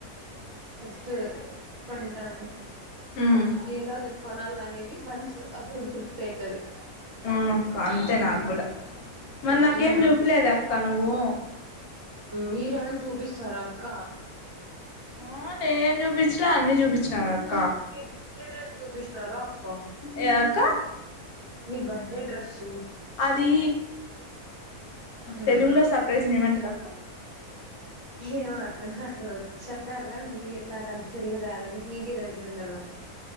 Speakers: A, on the right; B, on the left.
A: ట్ కొంటాను
B: ఉమ్
A: ఏదో ఒక కొనాల అనేది మనసు అప్పుడు తృప్తి ఐతది
B: అవును అక్క అంతే నాకు కూడా మరి
A: హ్మ్
B: నాకేం
A: హ్మ్
B: చూపిలేదే క నువ్వు
A: మీరేమైనా చూపిస్తారా అక్క
B: ఆ నేనేం చూపించలే అన్ని చూపింనా కదా
A: బర్త్డే డ్రెస్ చూపించిన <unintelligible> క
B: ఏ అక్క
A: మీ బర్త్డే డ్రెస్సు
B: అధీ
A: మ్మ్
B: తెలుగులో సర్ప్రైజ్న్ ఏమంటారు అక్క
A: ఏమక్క నాకు చెప్పారుగా మీరు నాకంత తెలుగు రాదని మీకే తెలుసుండల్లా